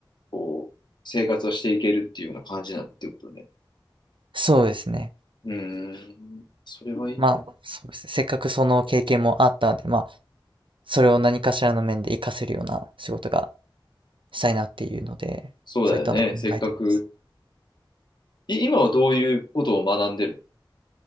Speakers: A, on the left; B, on the right.
A: こう、生活をしていけるっていうような感じなんていうことね。
B: そうですね。
A: うーん、それはいいね。
B: まあ、そうですね。せっかくその経験もあったんで、まあ、それを何かしらの面で活かせるような仕事がしたいなっていうので、
A: そうだよね。
B: そういったのを考えてます。
A: せっかく。い、今はどういうことを学んでる